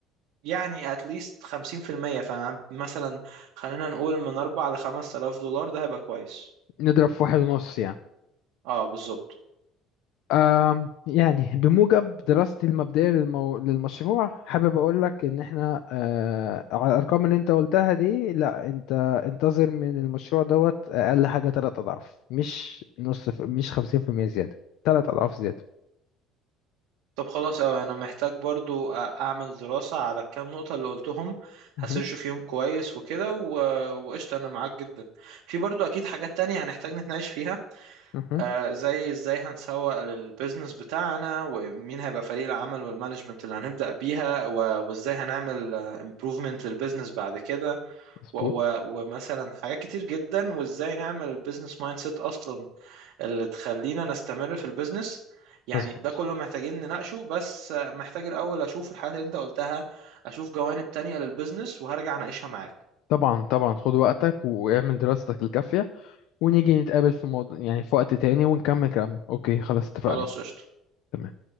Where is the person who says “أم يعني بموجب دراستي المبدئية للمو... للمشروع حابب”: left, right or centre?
Left